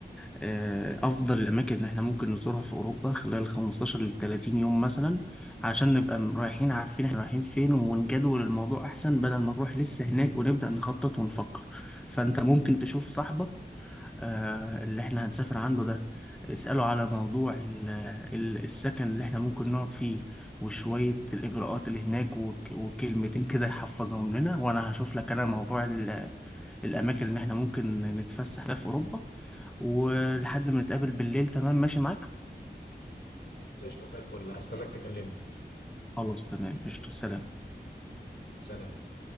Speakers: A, in the centre; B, on the left.
A: آه، افضل الاماكن اللي احنا ممكن نزورها في اوروبا خلال 15 ل 30 يوم مثلا عشان نبقى م- رايحين عارفين احنا رايحين فين ونجدول الموضوع احسن بدل ما نروح لسه هناك ونبدأ نخطط ونفكر فانت ممكن تشوف صاحبك آه، اللي احنا هنسافر عنده ده اسأله على موضوع ال- ال- السكن اللي احنا ممكن نقعد فيه وشوية الإجراءات اللي هناك وك- وكلمتين كده يحفظهم لنا وأنا هشوف لك أنا موضوع ال- الأماكن اللي احنا ممكن نتفسح فيها في أوروبا ولحد ما نتقابل بالليل تمام ماشي معاك؟
B: خلاص قشطة زي الفل هستناك تكلمني
A: خلاص تمام قشطة سلام
B: سلام